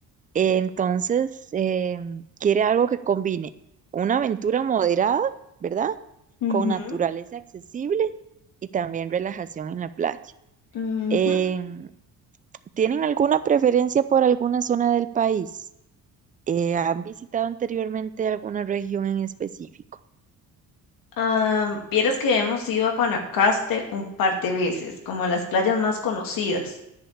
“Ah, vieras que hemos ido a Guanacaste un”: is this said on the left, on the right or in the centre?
Left